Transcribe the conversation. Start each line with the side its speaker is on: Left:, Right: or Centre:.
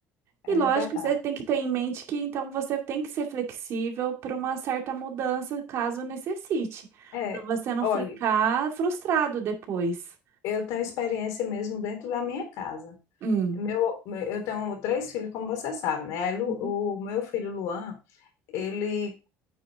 Left: é
Right: E lógico,
Left: verdade.
Right: você tem que ter em mente que então você tem que ser flexível para uma certa mudança, caso necessite,
Left: É,
Right: para você não
Left: olhe,
Right: ficar frustrado depois.
Left: eu tenho experiência mesmo dentro da minha casa.
Right: Hum.
Left: Meu, eu tenho três filhos, como você sabe, né? Aí Lu-
Right: Uhum.
Left: O meu filho Luan, ele